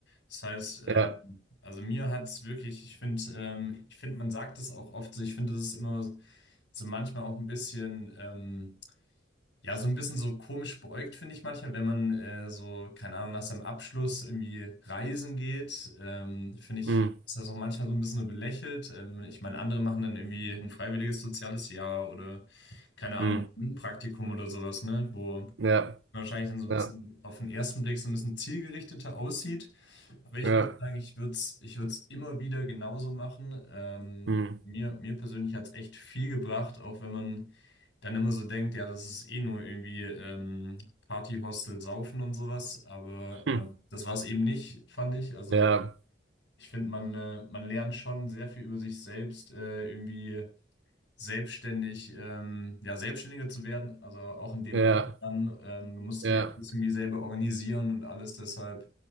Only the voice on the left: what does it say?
Das heißt, ähm,
also mir hat es wirklich, ich finde, ähm, ich finde, man sagt es auch oft so, ich finde, es ist immer so manchmal auch ein bisschen. Ähm, ja, so ein bisschen so komisch beäugt finde ich manchmal, wenn man äh, so, keine Ahnung, nach seinem Abschluss irgendwie reisen geht, ähm, finde ich,
ist das auch manchmal so ein bisschen nur belächelt. Ähm, ich meine, andere machen dann irgendwie ein freiwilliges soziales Jahr oder, keine Ahnung,
ein Praktikum oder sowas, ne, wo
wahrscheinlich dann so ein
bisschen auf den ersten Blick so ein bisschen zielgerichteter aussieht. Aber ich
muss sagen, ich würde es ich würd's immer wieder genauso machen. Ähm,
mir, mir persönlich hat es echt viel gebracht, auch wenn man dann immer so denkt, ja, das ist eh nur irgendwie ähm, Party-Hostel, Saufen und sowas. Aber
ähm, das war es eben nicht, fand ich. Also
ich finde, man, äh, man lernt schon sehr viel über sich selbst, äh, irgendwie selbstständig, ähm, ja, Selbstständiger zu werden, also auch in dem
Alter dann, ähm, du musst
dir alles irgendwie selber organisieren und alles deshalb,